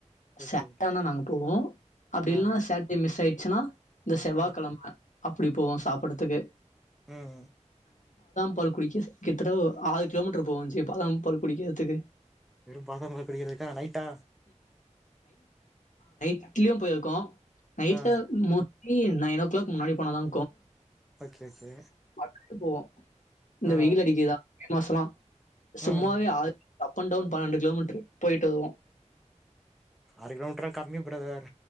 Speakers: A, in the centre; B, on the left.
A: ஓகே
B: சே
A: ஓகே
B: <inaudible> நாங்க போவோ அப்டி
A: ஆ
B: இல்லனா சேட்டர்டே மிஸ் ஆயிடு ச்சுனா இந்த செவ்வாக்
A: ஆ
B: கெழம அப்பிடி போவோ சாப்படறதுக்கு
A: ம் ம்
B: பால் குடிக்க கிட்தட்ட ஒ ஆறு கிலோமீட்டர் போவோ ஜி பாதாம் பால் குடிக்கிறதுக்கு
A: வெறும் பாதாம் பால் குடிக்கிறதுக்கா நைட்டா
B: லயு போயிருக்கோ நைட்ல
A: ஆ
B: மோ லயு நைன் ஓ கிளாக் முன்னாடி போனாதா
A: ஓகே ஓகே
B: இர்க்கு <inaudible> போவோ இல்ல
A: ஆ
B: வெயில் அடிக்கிதா மே மாசல்லா சும்மாவே
A: ம்
B: ஆ அப் அண்ட் டவுன் பன்னெண்டு கிலோமீட்ரு போயிட்டு வருவோ
A: ஆறு கிலோமீட்ருலா கம்மி பிரதர்